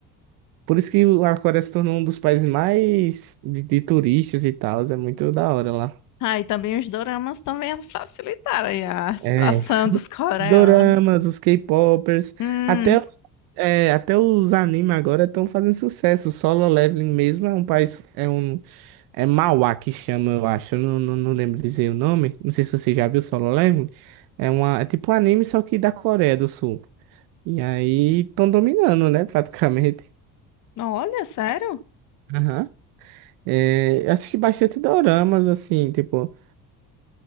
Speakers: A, on the right; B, on the left.
A: Por isso que a Coreia se tornou um dos países mais de, de turistas e tal, é muito da hora lá.
B: Ah, e também os doramas também facilitaram aí a situação
A: É,
B: <laughs> dos coreanos.
A: Os doramas, os K-popers,
B: Hum,
A: até os, é, até os animes agora estão fazendo sucesso. O Solo Leveling mesmo é um país, é um, É Mauá que chama, eu acho. Eu não, não, não lembro dizer o nome. Não sei se você já viu Solo Leveling. É uma, é tipo um anime, só que da Coreia do Sul. E aí estão dominando, né? Praticamente.
B: olha, sério?
A: Aham. É, eu assisti bastante doramas, assim, tipo,